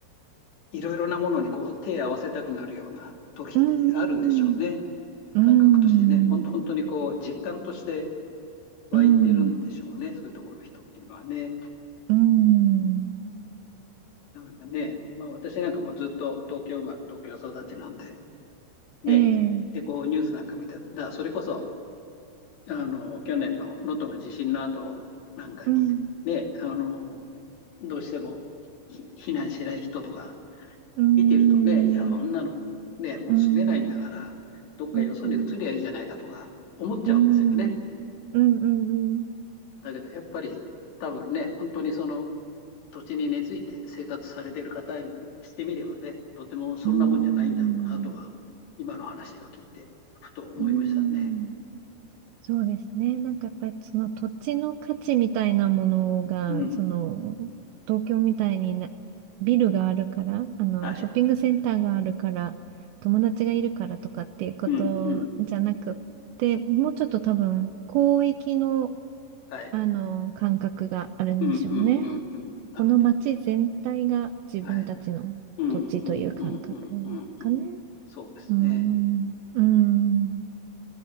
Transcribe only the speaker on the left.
いろいろなものにこう手を合わせたくなるような時ってあるんでしょうね。
感覚としてね、本当本当にこう、実感として湧いてるんでしょうね、
そういうところの人っていうのはね。
だからね、まあ私なんかもうずっと東京生まれ、東京育ちなんで、ね、
で、こうニュースなんか見てた、それこそ、あの、去年の能登の地震の後なんかに、
ね、あの、どうしても避難しない人とか
見てるとね、いや、そんなの、ね、もう住めないんだから、
どっかよそに移りゃいいじゃないかとか思っちゃうんですよね。
だけど、やっぱり多分ね、本当にその土地に根付いて生活されてる方にしてみればね、とてもそんなもんじゃないんだろうなとは、
今の話を聞いて、ふと思いましたね。
うん。
はい。
うん、うん。
はい。
うん、うん、うん、うん。なるほど。
はい。うん、うん、うん、うん、うん、うん。そうですね。